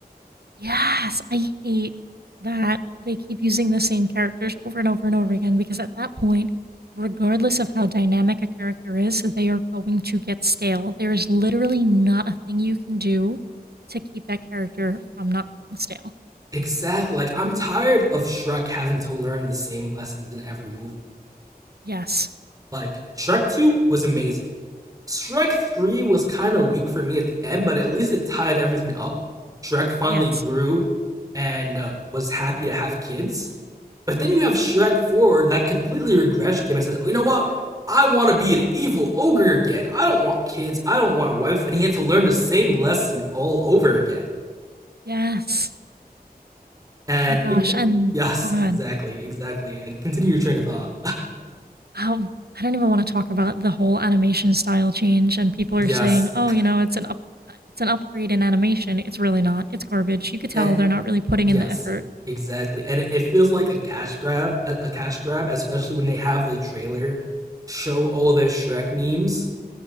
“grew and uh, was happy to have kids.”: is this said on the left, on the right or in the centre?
Right